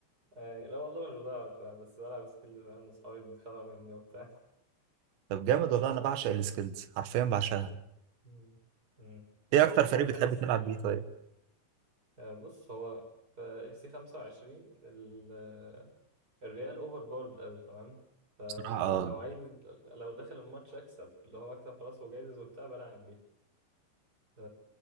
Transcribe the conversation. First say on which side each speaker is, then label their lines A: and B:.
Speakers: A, on the right; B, on the right.
A: آه، لا والله مش بضيع وقت بقى، بس بلعب سكيل أنا وأصحابي بيتخانقوا مني وبتاع
B: طب جامد والله انا بعشق السكيلز حرفيا بعشقها
A: مم. مم. بس
B: ايه اكتر
A: ساعات
B: فريق
A: بحس
B: بتحب تلعب
A: ال...
B: بيه طيب
A: آه، بص هو في اف سي 25 ال... آه، الريال اوفر بورد قوي تمام فلو
B: بصراحه اه
A: عايز لو داخل الماتش اكسب اللي هو اكسب خلاص وجايزز وبتاع بلعب بيه ف-